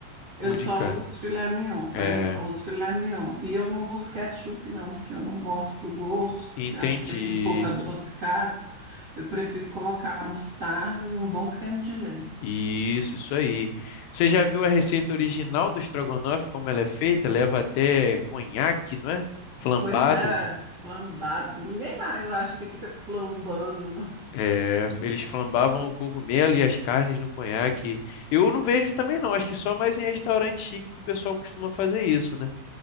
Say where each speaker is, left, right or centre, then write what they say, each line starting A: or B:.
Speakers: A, on the right; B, on the left.
A: Eu
B: O
A: só
B: de carne.
A: uso filé mignon,
B: É,
A: é, só uso filé mignon. E eu não uso ketchup, não, porque eu não gosto do gosto,
B: entendi.
A: acho que deixa um pouco adocicado. Eu prefiro colocar mostarda e um bom creme de leite.
B: Isso, isso aí. Você já viu a receita
A: É.
B: original do estrogonofe, como ela é feita? Leva até conhaque, não é? Flambado.
A: Pois é, flambado. Ninguém mais, eu acho que fica flambando. né?
B: É, eles flambavam o cogumelo e as carnes no conhaque. Eu não vejo também não, acho que só mais em restaurante chique que o pessoal costuma fazer isso, né?